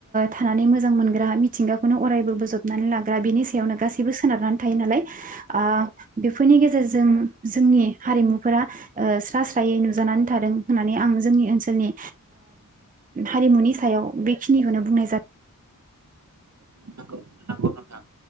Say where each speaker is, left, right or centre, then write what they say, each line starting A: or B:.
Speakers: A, on the right; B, on the right.
A: थानानै मोजां मोनग्रा मिथिंगाखौनो अरायबो बोजबनानै लाग्रा बिनि सायावनो गासैबो सोनारनानै थायो नालाय ओ बेफोरनि गेजेरजों जों जोंनि हारिमुफोरा स्रा स्रायै नुजानानै थादों होननानै आं जोंनि ओनसोलनि हारिमुनि सायाव बेखिनिखौनो बुंनाय जादों
B: नंगौ नंगौ नोंथां